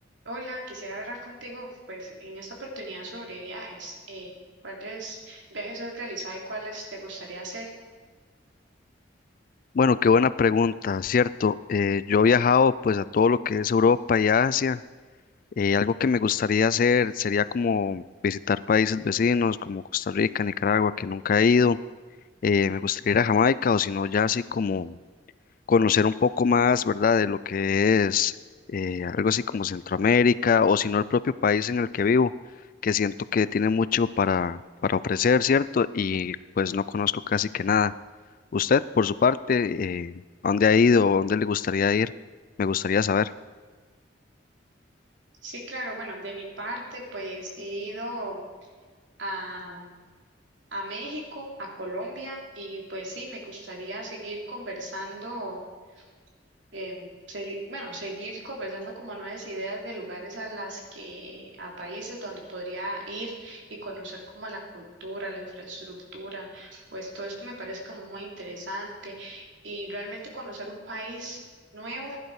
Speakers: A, on the right; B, on the left.
A: Hola, quisiera hablar contigo, pues, en esta oportunidad sobre viajes. Eh, ¿cuáles viajes has realizado y cuáles te gustaría hacer?
B: Bueno, qué buena pregunta, cierto. Eh, yo he viajado pues a todo lo que es Europa y Asia. Eh, algo que me gustaría hacer sería como visitar países vecinos como Costa Rica, Nicaragua, que nunca he ido. Eh, me gustaría ir a Jamaica o si no ya así como conocer un poco más, ¿verdad? De lo que es eh, algo así como Centroamérica o si no el propio país en el que vivo, que siento que tiene mucho para, para ofrecer, ¿cierto? Y pues no conozco casi que nada. Usted, por su parte, eh, ¿a ¿dónde ha ido o dónde le gustaría ir? Me gustaría saber.
A: Sí, claro, bueno, de mi parte, pues, he ido a, a México, a Colombia, y pues sí, me gustaría seguir conversando em, segui- bueno, seguir conversando como nuevas ideas de lugares a las que, a países donde podría ir y conocer como la cultura, la infraestructura, pues todo esto me parece como muy interesante y realmente conocer un país nuevo